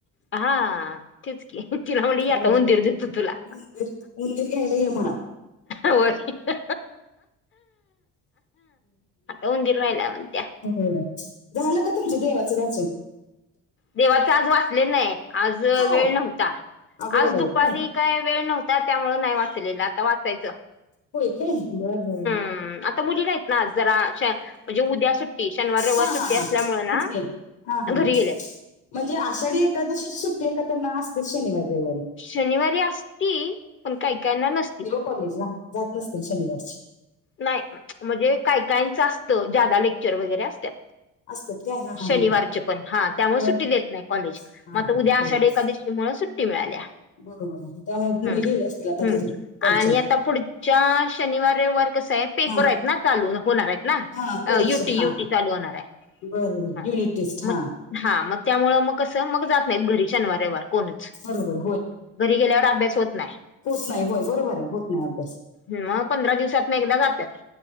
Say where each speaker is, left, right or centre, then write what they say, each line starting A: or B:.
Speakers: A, on the left; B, on the left.
A: हा. तेच कि तिला म्हण आता
B: होय
A: मंदिर जातो तुला.
B: उंदीर उंदीर घ्यायला ये म्हणा
A: व्हय. उंदीर राहिलाय म्हणत्या
B: हो झालं का तुमच देवाचं वाचून.
A: देवाच आज वाचले नाहीय आज
B: का हो
A: वेळ नव्हता
B: अगो
A: आज
B: बाई
A: दुपारी
B: होय
A: - काय वेळ नव्हता त्यामुळ नाही वाचलेलं आता वाचायचं.
B: होय काे बरं बरं.
A: हम्म, तर मुली ना आज जरा. म्हणजे उद्या सुट्टी शनिवार रविवार
B: हा
A: सुट्टी
B: हा
A: असल्यामुळे
B: हा तेच
A: ना
B: की हा हा हा
A: घरी गेल्यातं.
B: म्हणजे आषाढी एकादशीची सुट्टी त्यांना असतेच शनिवारी रविवारी?
A: शनिवारी असती पण काई - काई ना नसती.
B: कॉलेज ला जात नसतील शनिवारची.
A: नाही म्हणजे काय कायचं असतं ज्यादा लेक्चर वगैरे असतात.
B: असतात काय हा हा
A: शनिवारचे
B: हा
A: पण हा त्यामुळे
B: बर
A: सुट्टी देत नाही कॉलेज
B: हा
A: म उद्या
B: बरोबर
A: आषाढी एकादशी मूळ सुट्टी. ती मिळाल्या.
B: बरोबर आहे त्यामुळे मुली
A: ह
B: गेल्या असतील आता
A: हम्म
B: घरी त्यांच्या
A: आणि आता पुढच्या शनिवार- रविवार कसं हे. पेपर
B: हा
A: आहेत ना चालू होणार आहेत ना
B: हा परीक्षा
A: युटी-
B: हा
A: युटी
B: हा
A: चालू होणार आहे.
B: बरोबर
A: हा
B: युनिट टेस्ट हा.
A: मग हा मग त्यामुळं मग कसं मग जात नाहीत घरी शनिवार- रविवार. कोणच
B: बरोबर
A: घरी गेल्यावर अभ्यास होत नाही.
B: होतं नाही होय बरोबर आहे होतं. नाही अभ्यास.
A: ह मग पंधरा दिवसात ना एकदा जातात.